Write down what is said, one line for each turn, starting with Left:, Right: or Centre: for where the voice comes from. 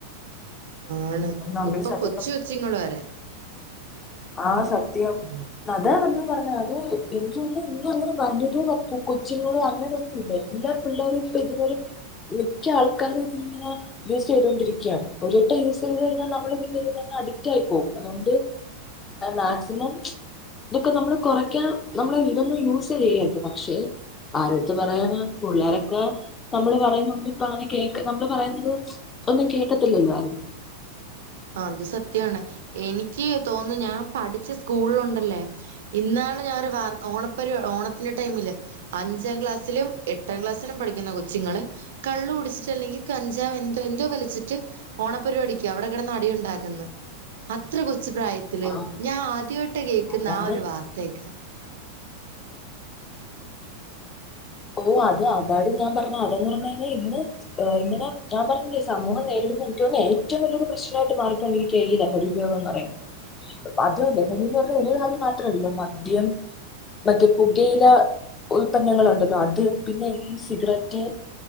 Right: ആണ്
Left: നമ്മൾ
Right: ഇപ്പം
Left: സത്യം
Right: കൊച്ചു കൊച്ചുങ്ങള് വരെ
Left: ആ സത്യം
Right: ഉം
Left: അതാ നമ്മള് പറ അത് എനിക്ക് തോന്നുന്നു ഇന്നങ്ങനെ വലിയൊരു കൊച്ചുങ്ങൾ അങ്ങനെയൊന്നും ഇല്ല എല്ലാ പിള്ളേർ ഇതുവെറും മിക്ക ആൾക്കാരും ഇതിങ്ങനെ യൂസ് ചെയ്തൊണ്ടിരിക്കുകയാണ് ഒരിട്ടം യൂസ് ചെയ്ത് കഴിഞ്ഞാൽ പിന്നെ നമ്മള് പിന്നെ ഇതിനെ അഡിക്റ്റ് ആയി പോകും അതുകൊണ്ട് മാക്സിമം ഇതൊക്കെ നമ്മള് കൊറക്കാ നമ്മള് ഇതൊന്നും യൂസ് ചെയ്യരുത് പക്ഷെ ആരെടുത്ത് പറയാന പിള്ളേരൊക്കെ നമ്മള് പറയുന്ന ഒന്നും ഇപ്പ അങ്ങനെ കേക്ക നമ്മള് പറയുന്നത് ഒന്നും കേട്ടത്തില്ലല്ലോ ആരും
Right: അത് സത്യാണ് എനിക്ക് തോന്നുന്നു ഞാൻ പഠിച്ച സ്കൂളിലുണ്ടല്ലേ ഇന്നാ ഞാനൊരു വാർത്ത ഓണ പരിപാടി ഓണ ത് ന്റെ ടൈമില് അഞ്ചാം ക്ലാസിലും എട്ടാം ക്ലാസിലും പഠിക്കുന്ന കൊചുങ്ങൾ കള്ളു കുടിച്ചിട്ടല്ലെങ്കില് ഈ കഞ്ചാവ് എന്ത് എന്തോ വലിച്ചിട്ട് ഓണപരിപാടിക്ക് അവിടെ കിടന്ന് അടി ഉണ്ടാക്ക് ന്ന് അത്ര കൊച് കൊച്ചുപ്രായത്തില്
Left: ആഹ്
Right: ഞാൻ ആദ്യായിട്ട കേൾക്കുന്നെ
Left: അതാണ്
Right: ആ ഒരു വാർത്തയൊക്കെ
Left: ഓഹ് അത് അതാടി ഞാൻ പറഞ്ഞ അതെന്നു പറഞ്ഞാലേ ഇന്ന് ഇങ്ങനെ ഞാൻ പറഞ്ഞില്ലേ സമൂഹം നേരിട എനിക്കൊന്നെ ഏറ്റവും വലിയൊരുപ്രശ്നായിട്ട് മാറിക്കൊണ്ടിരിക്കയ ഈ ലഹരി ഉപയോഗെന്നറിയുന്നേ അത് ലഹരി എന്ന് പറഞ്ഞ ഒരു കാര്യം മാത്രമല്ലലൊ മദ്യം മറ്റ് പുകയില ഉൽപന്നങ്ങളു ല്ലോ അത് പിന്നെ ഈ സിഗരറ്റ്